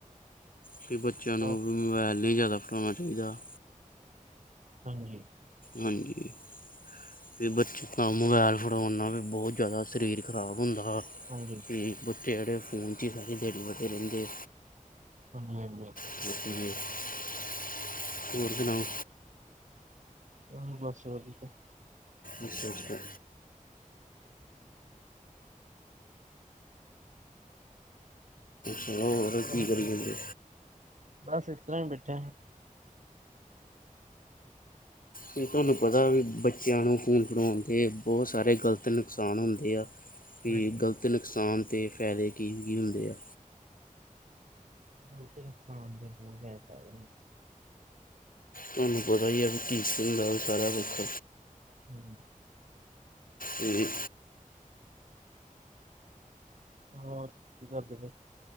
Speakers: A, on the left (about 75°); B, on the right (about 60°).
A: ਫਿਰ ਬੱਚਿਆਂ ਨੂੰ
B: ਹਾਂ,
A: ਮੋਬਾਇਲ ਨਹੀਂ ਜ਼ਿਆਦਾ ਫੜਾਨਾ ਚਾਹੀਦਾ।
B: ਹਾਂਜੀ।
A: ਹਾਂਜੀ। ਫਿਰ ਬੱਚੇ ਨੂੰ ਮੋਬਾਇਲ ਫੜੋਨ ਨਾਲ ਵੀ ਬਹੁਤ ਜ਼ਿਆਦਾ ਸ਼ਰੀਰ ਖਰਾਬ ਹੁੰਦਾ।
B: ਹਾਂਜੀ।
A: ਠੀਕ, ਬੱਚੇ ਜਿਹੜੇ ਫੋਨ ਫੋਨ ਚ ਸਾਰੀ ਦਿਹਾੜੀ ਵੜੇ ਰਹਿੰਦੇ।
B: ਹਾਂਜੀ-ਹਾਂਜੀ।
A: <unintelligible> ਹੋਰ ਸੁਣਾਓ।
B: ਹਾ, ਬਸ ਵਧੀਆ।
A: ਅੱਛਾ-ਅੱਛਾ। ਸੁਣਾਔ ਹੋਰ ਕੀ
B: ਹਾਂਜੀ,
A: ਕਰੀ ਜਾਂਦੇ?
B: ਬਸ ਇਸਤਰਾ ਹੀ ਬੈਠੇ ਹਾਂ।
A: ਕੀ ਤੁਹਾਨੂੰ ਪਤਾ ਵੀ ਬੱਚੇ ਬੱਚਿਆਂ ਨੂੰ ਫੋਨ ਫੜਉਣ ਦੇ ਬਹੁਤ ਸਾਰੇ ਗਲਤ ਨੁਕਸਾਨ ਹੁੰਦੇ ਆ ਵੀ
B: ਹਾਂਜੀ
A: ਗਲਤ ਅਤੇ ਨੁਕਸਾਨ ਤੇ ਫਾਇਦੇ ਕੀ, ਕੀ ਹੁੰਦੇ ਆ?
B: ਫੋਨ ਦੇ ਨੁਕਸਾਨ ਤੇ ਬਹੁਤ ਜਿਆਦਾ ਫਾਇਦੇ ਨੀ।
A: ਤੁਹਾਨੂੰ ਪਤਾ ਹੀ ਹੈ ਵੀ ਕੀਸਣ ਦਾ ਸਾਰਾ ਰੁੱਖ
B: ਹੂੰ।
A: ਹਾਂਜੀ।
B: ਹੋਰ ਕੀ ਕਰਦੇ ਪਏ?